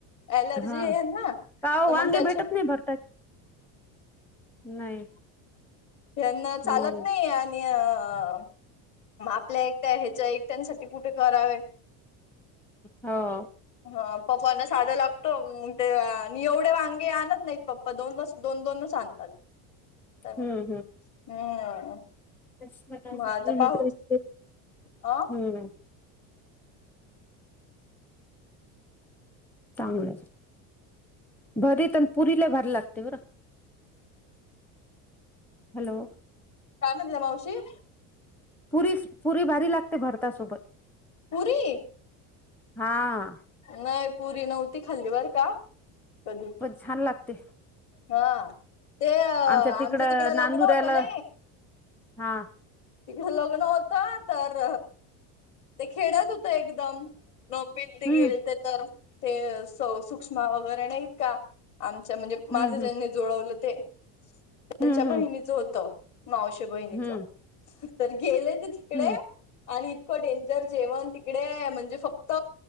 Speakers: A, on the left; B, in the centre.
A: अलर्जी
B: हा
A: आहे यांना
B: काव
A: तर
B: वांगे
A: मग त्याच्या
B: भेटत नाही भरताची नाही.
A: ह्यांना चालत
B: हम्म
A: नाही आणि अ. मग आपल्या एकट्या ह्याच्या एकट्यांसाठी कुठे करावे.
B: हो.
A: ह पप्पना साधं लागतो ते आणि एवढे वांगे आणत नाहीत पप्प पा दोनच दोन दोनच आणतात आणताना
B: हम्म
A: हम्म.
B: हसमताई
A: मग
B: सफली
A: आता पाहूच
B: नको इथले हम्म.
A: अ
B: चांगलं भरी तर पुरीला भरायला लागते बरं. हॅलो.
A: काय म्हणल्या मावशी.
B: पुरी पुरी भारी लागते भरतासोबत
A: पुरी
B: हा.
A: नाही पुरी नव्हती खाल्ली बरं का. कधी
B: पण छान लागते.
A: हा ते आमचं
B: आमच्या तिकडं
A: तिकडे
B: नांदुऱ्याला
A: लग्न होतं ना.
B: हा.
A: तिकडं लग्न होतं तर ते खेड्यात होत एकदम. नमीन ते
B: हम्म
A: गेल ते तर ते स सुष्मा वगैरे नाहीत का. आमच्या म्हणजे
B: हम्म
A: माझं ज्यांनी जुळवलं ते त्यांच्या
B: हम्म हम्म
A: बहिणीचं होतं. मावशी बहिणीच.
B: हम्म
A: तर गेले ते तिकडे
B: हम्म
A: आणि इतकं डेंजर जेवण तिकडे म्हणजे फक्त